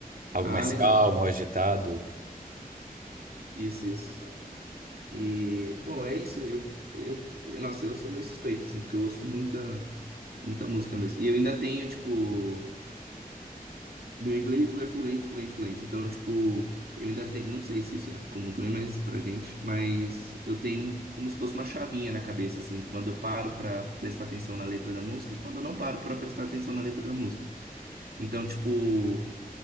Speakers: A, on the right; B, on the right.
A: Algo
B: Ah,
A: mais
B: legal.
A: calmo, ou agitado.
B: Isso, isso. E, bom, é isso. Eu, eu, nossa, eu sou meio suspeito, assim, porque eu ouço muita, muita música mesmo. E eu ainda tenho, tipo, meu inglês não é fluente, fluente, fluente. Então, tipo, eu ainda tenho, não sei se isso é comum também, mas pra gente, mas eu tenho como se fosse uma chavinha na cabeça, assim, de quando eu paro pra prestar atenção na letra da música e quando eu não paro pra prestar atenção na letra da música. Então, tipo,